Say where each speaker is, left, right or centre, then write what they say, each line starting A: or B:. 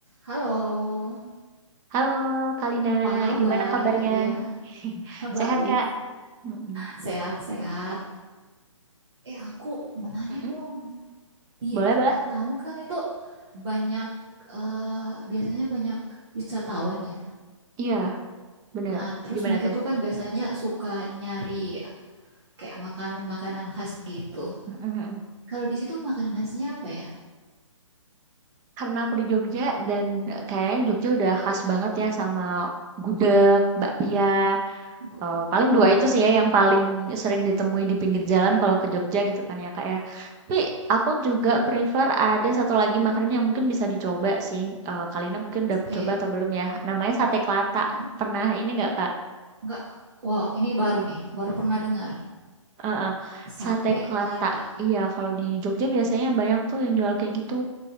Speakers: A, on the right; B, on the right.
A: Halo,
B: Halo Kalina,
A: apa kabar?
B: gimana kabarnya?
A: Iya, <laughs>
B: <laughs>
A: baik.
B: Sehat Kak? Mm-mm.
A: Sehat-sehat. Eh, aku mau nanya
B: Mm-mm.
A: dong. Di
B: Boleh,
A: tempat
B: boleh.
A: kamu kan itu banyak, eh, biasanya banyak wisatawan ya.
B: Iya, bener.
A: Ah, terus
B: Gimana
A: mereka
B: tuh?
A: itu kan biasanya suka nyari kayak makanan-makanan khas gitu.
B: Mm-mm.
A: Kalau di situ makanan khasnya apa ya?
B: Karena aku di Jogja dan eh, kayaknya Jogja udah khas banget ya sama gudeg, bakpia.
A: Bu-
B: Eh, paling
A: Ah,
B: dua
A: ah,
B: itu sih ya yang paling sering ditemui di pinggir jalan kalau ke Jogja gitu kan ya Kak ya. Tapi aku juga prefer ada satu lagi makanan yang mungkin bisa dicoba sih. Eh, Kalina mungkin udah
A: iya.
B: coba atau belum ya? Namanya sate kelata.
A: Mm,
B: Pernah ini nggak Kak?
A: Enggak. Wow, ini baru nih. Baru pernah dengar.
B: Heeh.
A: Sate
B: Sate Kelata.
A: Kelata.
B: Iya, kalau di Jogja biasanya banyak tuh yang jual kayak gitu.